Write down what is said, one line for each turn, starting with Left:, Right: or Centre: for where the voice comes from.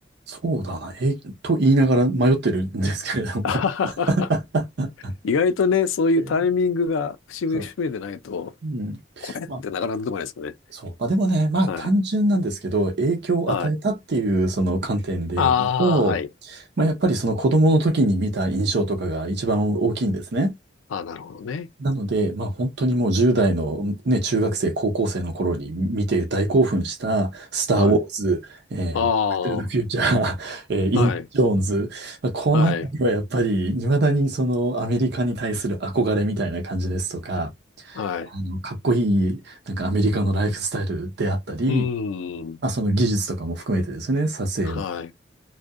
Right: そうだな、え、と言いながら迷ってるんですけれども。
Left: <laughs> あははは
Right: <laughs>
Left: 意外とね、そういうタイミングが節目節目でないと、
Right: えーそう。うん。
Left: これってなかなか出てこないですよね。
Right: まあ、そう。まあでもね、まあ単純なんですけど、
Left: はい。
Right: 影響を与えたっていうその観点で言うと、
Left: はい。ああ、はい。
Right: まあやっぱりその子供の時に見た印象とかが一番大きいんですね。
Left: ああ、なるほどね。
Right: なので、まあ本当にもう10代のね、中学生、高校生の頃に見て大興奮した、スター・
Left: はい。
Right: ウォーズ、えー、
Left: ああ、
Right: バック・トゥ・ <laughs> ザ・
Left: は
Right: フューチャー、えー、
Left: い、
Right: イン・ジョーンズ、まあこのあたりはやっぱり、
Left: はい、
Right: 未だにそのアメリカに対する憧れみたいな感じですとか、
Left: はい。
Right: あの、かっこいい、なんかアメリカのライフスタイルであったり、
Left: うーん、
Right: まあその技術とかも含めてですね、撮影の。
Left: はい、